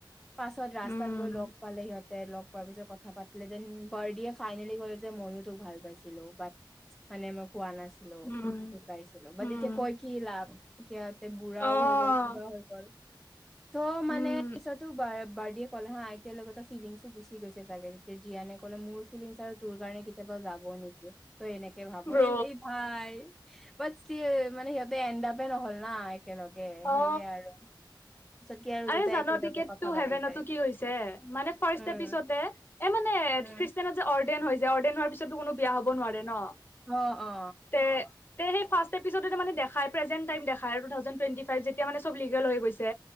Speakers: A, in the centre; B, on the left (about 25°).
A: পাছত ৰাস্তাত
B: উম,
A: গৈ লগ পালে সিহঁত লগ পোৱাৰ পিছত কথা পাতি দেন বাৰদিয়ে ফাইনেলি কলে যে ময়ো তোক ভাল পাইছিলো। বাট মানে কোৱা নাছিলো
B: উম,
A: লুকাইছিলো। বাট
B: উম,
A: এতিয়া কয় কি লাভ? এতিয়া বুঢ়াও
B: অ',
A: হৈ গ'ল, কিবাও হৈ গ'ল। ত'
B: উম,
A: মানে পিছতো বা বাৰ্ডিয়ে ক'লে হা এতিয়ালৈকে তাৰ ফিলিংছো গুচি গৈছে চাগে। তেতিয়া জিয়ানে ক'লে মোৰ ফিলিংছ আৰু তোৰ কাৰণে কেতিয়াবা যাব নেকি? ত এনেকে ভাব।
B: ব্ৰ'
A: এ এই ভাই বাট মানে ষ্টীল, সিহঁতে এনডাপে নহল না। একেলগে
B: অ।
A: সেয়ে আৰু পিছত কি আৰু
B: আৰে
A: দুটাই
B: জান'
A: একেলগে
B: টিকেটটো
A: কথা পাতি
B: হেভেনতো
A: যায়
B: কি হৈছে? মানে ফাৰ্ষ্ট
A: উম
B: এপিচড এ মানে এ
A: উম,
B: খ্ৰীষ্টানত যে অৰ্ডেন হৈছে অৰ্ডেন হোৱাৰ পিছতো কোনো বিয়া হব নোৱাৰে ন।
A: অ অ।
B: তে তে সেই ফাৰ্ষ্ট এপিচডত মানে দেখাই প্ৰেজেণ্ট টাইম দেখাই টু থাউজেণ্ড টুৱেন্টি ফাইভ যেতিয়া মানে চব লিগেল হৈ গৈছে।